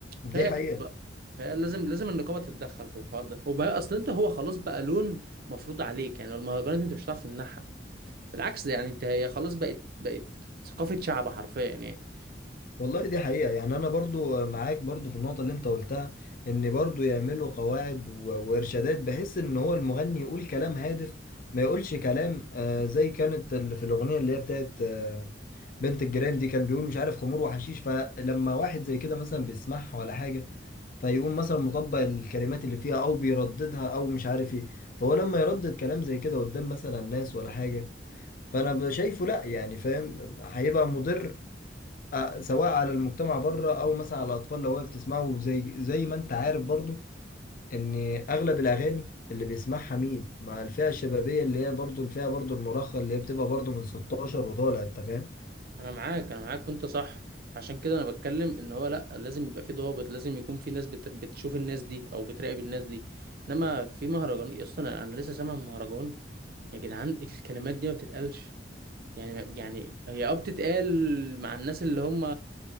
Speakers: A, on the right; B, on the left.
A: فهي
B: دي حقيقة
A: اكيد بقى فلازم لازم النقابه تتدخل في الحوار ده وبقى اصل انت هو خلاص بقى لون مفروض عليك يعني المهرجانات انت مش هتعرف تمنعها بالعكس ده يعني انت هي خلاص بقت بقت ثقافة شعب حرفيا يعني
B: والله دي حقيقة يعني انا برضو معاك برضو في النقطة اللي انت قلتها ان برضو يعملوا قواعد و- وارشادات بحيث ان هو المغني يقول كلام هادف ما يقولش كلام آه زي كانت اللي في الاغنية اللي هي بتاعت آه بنت الجيران دي كان بيقول مش عارف خمور وحشيش فلما واحد زي كده مثلا بيسمعها ولا حاجة فيقوم مثلا مطبق الكلمات اللي فيها او بيرددها او مش عارف ايه فهو لما يردد كلام زي كده قدام مثلا ناس ولا حاجة فانا شايفه لا يعني فاهم هيبقى مضر آه، سواء على المجتمع بره او مثلا على الاطفال لو هي بتسمعه زي زي ما انت عارف برضو ان اغلب الاغاني اللي بيسمعها مين مع الفئه الشبابيه اللي هي برضو الفئه برضو المراهقه اللي هي بتبقى برضو من 16 وطالع انت فاهم
A: انا معاك انا معاك وانت صح عشان كده انا بتكلم ان هو لا لازم يبقى في ضوابط لازم يكون في ناس بت... بتشوف الناس دي او بتراقب الناس دي انما في مهرجان اصلا انا أنا لسه سامع مهرجان يا جدعان الكلمات دي ما بتتقالش يعني يعني هي اه بتتقال مع الناس اللي هم